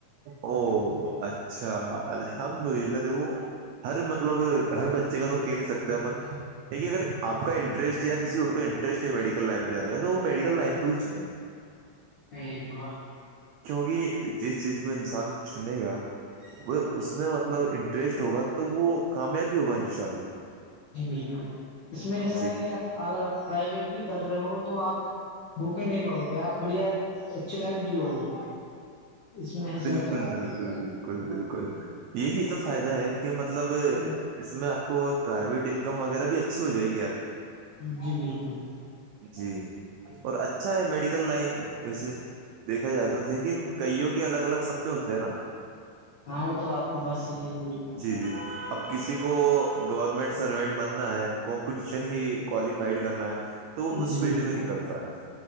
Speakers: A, on the right; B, on the left.
A: او اچھا الحمد للہ دو ہر مطلب ہر بچے کا تو کھیل نہیں سکتے اپپ دیکھیے اگر آپ کا انٹرسٹ یا کسی اور کا انٹرسٹ ہے میڈیکل لائن میں جانے کا تو وہ میڈیکل لائن کو ہی چنے
B: بالکل
A: کیونکہ جس چیز کو انسان چنے گا ا اس میں مطلب انٹرسٹ ہوگا تو وہ کامیابی ہوگا انشاء اللہ
B: جی بالکل اس میں ایسا
A: جی
B: ہے کہ آپ اگر آپ پرائیویٹ بھی کر رہے ہو تو آپ بھوکے نہیں مرو گے آپ بڑھیا اچھی لائف جی گے اس میں ح
A: بالکل
B: س تو ہے
A: بالکل بالکل بالکل یہی تو فائدہ ہے کہ مطلب
B: ہے
A: اس میں آپ کو پرائیویٹ انکم وغیرہ بھی اچھی ہو جائے گی آپ کی
B: جی بالکل
A: جی اور اچھ اچھا ہے میڈیکل لائن ویسے دیکھا جائے تو لیکن کئیوں کے الگ الگ سبتے ہوتے ہیں نا
B: ہاں وہ تو آپ کی بات صحیح ہے
A: جی جی اب کسی کو گورنمنٹ سروینٹ بننا ہے کمپٹیشن ہی کوالیفائڈ کرنا ہے تو اس
B: جی
A: فیلڈ
B: بالکل
A: میں نکلتا ہے